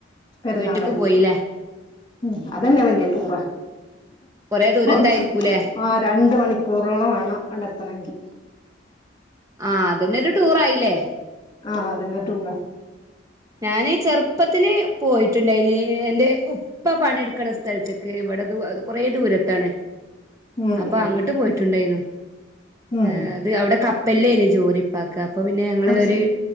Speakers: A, on the left; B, on the right.
A: പെരുന്നാളായിറ്റ്
B: വീട്ടക്ക് പോയില്ലേ
A: ഉം അതെന്നെ വല്യ ടൂറ
B: കൊറേ ദൂരത്തായിരിക്കൂല്ലേ
A: ഒന്ന് ആഹ് രണ്ട് മണിക്കൂറോളം വേണം അടെത്തണങ്കി
B: ആഹ് അതന്നരു ടൂറായില്ലേ
A: ആഹ് അതന്നെ റ്റൂറ.
B: ഞാന് ചെറുപ്പത്തില് പോയിട്ട്ണ്ടായിനി എന്റെ ഉപ്പ പണിട്ക്കണ സ്ഥലത്ത് ഇവിടെ ദു കൊറ ദൂരത്താണ്
A: ഉം
B: അപ്പൊ
A: ഉം
B: അങ്ങട്ട് പോയിട്ടുണ്ടെയ്ന്നു
A: ഉം
B: ഏഹ് അത് അവിടെ കപ്പലേന് ജോലിപ്പാക്ക് അപ്പൊ പിന്നെ ഞങ്ങള്
A: അത്
B: ഒര്
A: ശരി